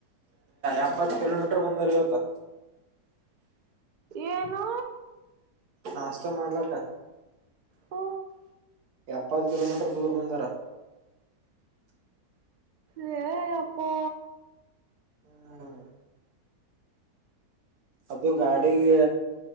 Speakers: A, on the right; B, on the right.
A: ಎಪ್ಪತ್ತು ಕಿಲೋಮೀಟರ್ ಬಂದರ ಇವತ್ತು
B: ಏನು
A: ನಾಷ್ಟಾ ಮಾಡ್ಲಕ್ಕ
B: ಹೂ
A: ಎಪ್ಪತ್ತು ಕಿಲೋಮೀಟರ್ ದೂರ ಬಂದಾರ
B: ಅಯ್ಯೋ ಎಪ್ಪೋ
A: ಹ್ಮ್ ಅದು ಗಾಡಿಗೆ